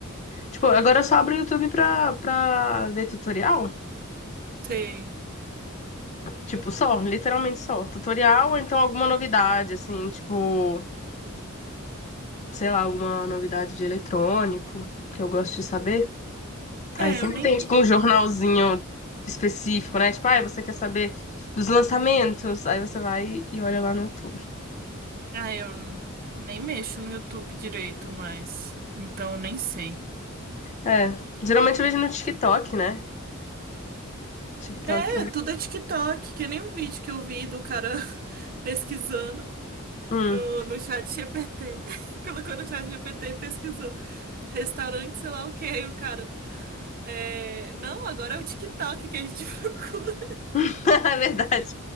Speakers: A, on the left; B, on the right.
A: Tipo, agora eu só abro o YouTube pra, pra ver tutorial.
B: Tem.
A: Tipo, só, literalmente só. Tutorial ou então alguma novidade, assim, tipo, sei lá, alguma novidade de eletrônico que eu gosto de saber.
B: É,
A: Aí você
B: eu
A: não
B: nem
A: tem,
B: me.
A: tipo, um jornalzinho específico, né? Tipo, ah, você quer saber dos lançamentos? Aí você vai e olha lá no YouTube.
B: Ah, eu nem mexo no YouTube direito mais. Então eu nem sei.
A: É, geralmente eu vejo no TikTok, né? TikTok.
B: É, tudo é TikTok, que nem um vídeo que eu vi do cara <laughs> pesquisando
A: Hum,
B: no, no chat GPT. <laughs> Colocou no chat GPT e pesquisou. Restaurante, sei lá o que Aí o cara. É... Não, agora é o TikTok que a gente <laughs> procura.
A: <laughs> é verdade.